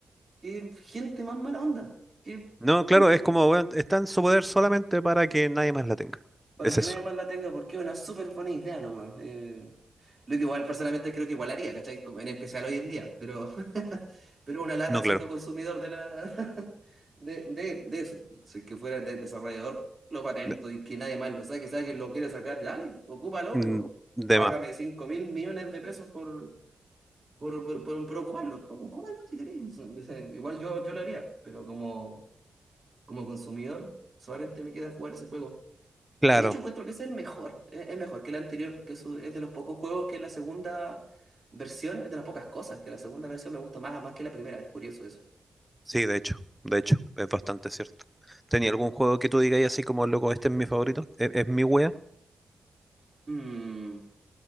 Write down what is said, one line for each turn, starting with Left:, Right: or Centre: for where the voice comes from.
Right: Qué gente más mala onda. Qué
Centre: No, claro,
Right: penca.
Centre: es como,
Right: que-
Centre: weón, está en su poder solamente para que nadie más la tenga.
Right: Para
Centre: Es
Right: que
Centre: eso.
Right: nadie más la tenga, porque es una súper buena idea nomás. Eh, lo que igual personalmente creo que igual haría, ¿cachai? Como en especial hoy en día. Pero, <laughs> pero una lata
Centre: No, claro.
Right: siendo consumidor de la <laughs> de, de, de eso. Si es que fuera de desarrollador, lo patento
Centre: De,
Right: y que nadie más lo saque, sea que lo quiere sacar, dale, ocúpalo,
Centre: mm,
Right: pero
Centre: de
Right: págame
Centre: más.
Right: cinco mil millones de pesos por, por, por, por, por ocuparlo. Pero ocúpalo si queréis. O sea, Igual yo, yo lo haría, pero como. como consumidor, solamente me queda jugar ese juego.
Centre: Claro,
Right: Y de hecho encuentro que ese es el mejor, es, es mejor que el anterior, que su- es de los pocos juegos que la segunda versión, es de las pocas cosas, que la segunda versión me gusta más, más que la primera, es curioso eso.
Centre: sí, de hecho, de hecho, es bastante cierto. ¿Tenía
Right: Mm.
Centre: algún juego que tú digas así como, loco, este es mi favorito? ¿Es, es mi wea?
Right: Mm,